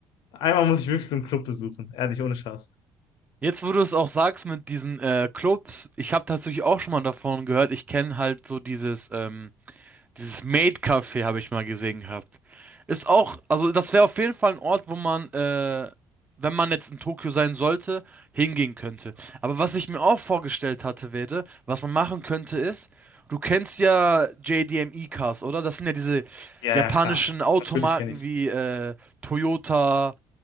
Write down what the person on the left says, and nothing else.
einmal muss ich wirklich so einen Club besuchen, ehrlich, ohne Spaß.
Ja,
ja, klar.
Natürlich kenne ich.